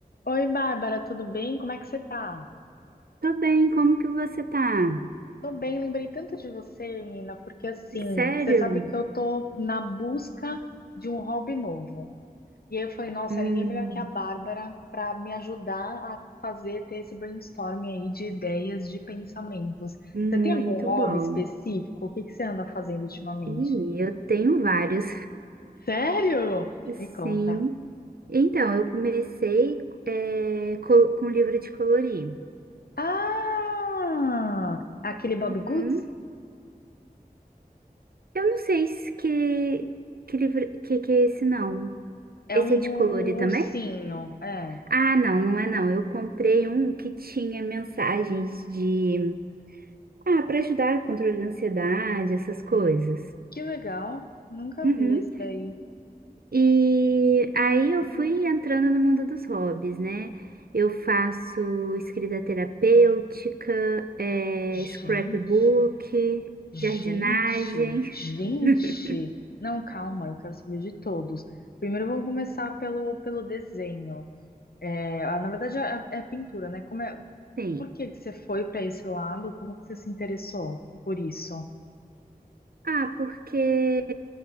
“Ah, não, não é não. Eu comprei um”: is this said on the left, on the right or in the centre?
Right